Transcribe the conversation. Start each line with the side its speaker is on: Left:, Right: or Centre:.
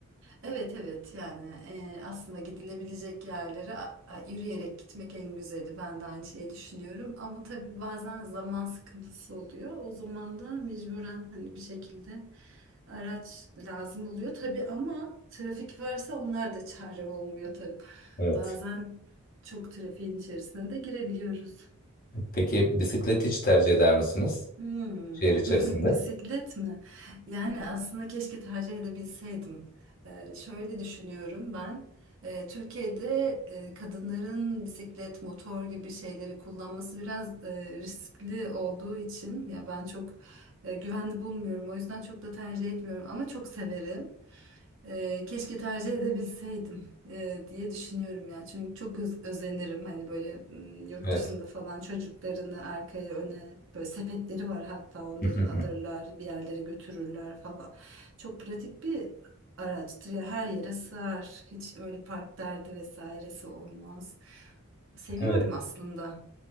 Right: Evet evet yani e, aslında gidilebilecek yerlere a- a- yürüyerek gitmek en güzeli. Ben de aynı şeyi düşünüyorum ama tabii bazen zaman sıkıntısı oluyor. O zaman da mecburen hani bir şekilde araç lazım oluyor tabii ama trafik varsa onlar da çare olmuyor tabii.
Left: Evet.
Right: Bazen çok trafiğin içerisine de girebiliyoruz.
Left: Peki bisiklet hiç tercih eder misiniz
Right: Hmm,
Left: şehir içerisinde?
Right: <laughs> bisiklet mi? Yani aslında keşke tercih edebilseydim. Ee, şöyle düşünüyorum ben. Ee, Türkiye'de e, kadınların bisiklet, motor gibi şeyleri kullanması biraz e, riskli olduğu için ya ben çok e, güvenli bulmuyorum. O yüzden çok da tercih etmiyorum ama çok severim. Ee, keşke tercih edebilseydim e, diye düşünüyorum ya. Çünkü çok öz- özenirim hani böyle m, yurt
Left: Evet.
Right: dışında falan çocuklarını arkaya öne böyle sepetleri var hatta onların
Left: <laughs>
Right: alırlar bir yerlere götürürler falan. Çok pratik bir araçtır ya her yere sığar. Hiç öyle park derdi vesairesi olmaz. Seviyorum
Left: Evet.
Right: aslında.